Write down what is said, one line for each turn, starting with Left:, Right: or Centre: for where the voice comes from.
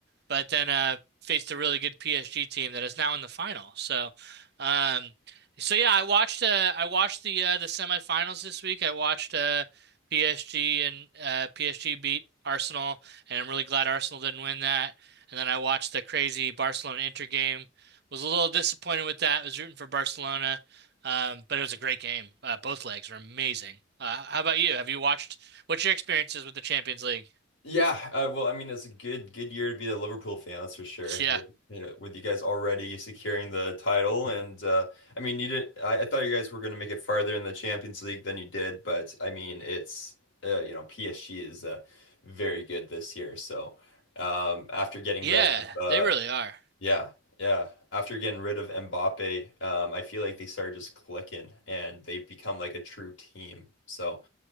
Right: but then uh faced a really good PSG team that is now in the final. So, um So yeah, I watched uh I watched the uh the semifinals this week. I watched uh PSG and uh PSG beat Arsenal and I'm really glad Arsenal didn't win that. And then I watched the crazy Barcelona Inter game. Was a little disappointed with that. Was rooting for Barcelona. Um, but it was a great game. Uh, both legs were amazing. Uh, how about you? Have you watched what's your experiences with the Champions League?
Left: Yeah, uh, well, I mean, it's a good good year to be a Liverpool fan, that's for sure.
Right: Yeah.
Left: With you know, with you guys already securing the title, and uh, I mean, you did. I, I thought you guys were going to make it farther in the Champions League than you did, but I mean, it's uh, you know, PSG is uh, very good this year. So um, after getting
Right: Yeah,
Left: rid of uh,
Right: they really are.
Left: yeah, yeah, after getting rid of Mbappe, um, I feel like they started just clicking, and they've become like a true team. So.